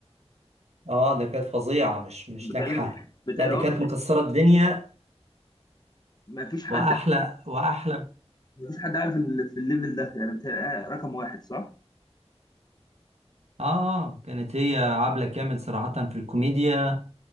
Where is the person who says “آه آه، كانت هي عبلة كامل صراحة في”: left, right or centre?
Right